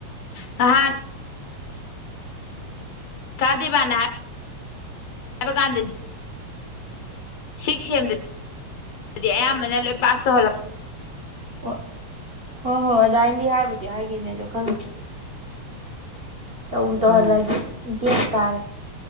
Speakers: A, on the left (about 65°); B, on the right (about 65°).
A: ꯉꯥꯍꯟ ꯥꯀꯥ ꯗꯦꯕꯥꯟꯅ ꯍꯥꯏꯕ ꯀꯥꯟꯗꯗꯤ ꯁꯤꯛꯁ ꯁꯦꯝꯗꯗꯤ ꯑꯌꯥꯝꯕꯅ ꯂꯣꯏ ꯄꯥꯁ ꯇꯧꯍꯜꯂꯛ
B: ꯑꯣꯠ ꯍꯣꯢ ꯍꯣꯢ ꯑꯗꯥꯏꯅꯗꯤ ꯍꯥꯏꯕꯨꯗꯤ ꯍꯥꯏꯒꯤꯕꯅꯦ ꯑꯗꯣ ꯈꯪ ꯇꯧꯕꯨ ꯍꯧꯍꯜꯂꯛꯑꯗꯤ
A: ꯎꯝ
B: ꯕꯦꯛ ꯇꯥꯔꯦ